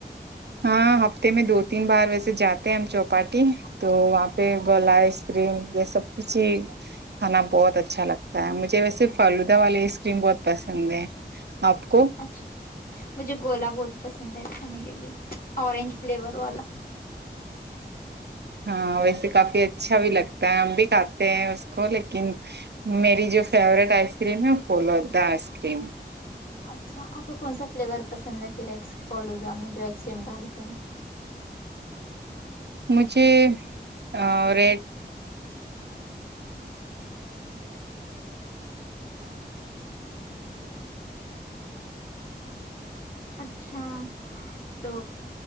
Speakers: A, on the right; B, on the left.
A: ہاں ہفتے میں دو تین بار ویسے جاتے ہیں ہم چوپاٹی تو آپ پ
B: اچھا
A: گولا آئس کریم یہ سب کچ کھانا بہت اچھا لگتا ہے مجھے ویسے فالودہ والی آئس کریم بہت پسند ہے آپ کو
B: اچھا مجھے گولا بہت پسند ہے کھانے کے لیے اورنج فلیور والا
A: ہاں ویسے کافی اچھا بھی لگتا ہے ہم بھی کھاتے ہیں اس کو لیکن میری جو فیوریٹ آئس کریم ہے فولودا آئس کریم ہے
B: اچھا آپ کو کون سا فلیور پسند ہے پھر ایس فالودعا میں جو ایس کریم ڈالتے ہیں
A: مجھے <inaudible>
B: اچھا تو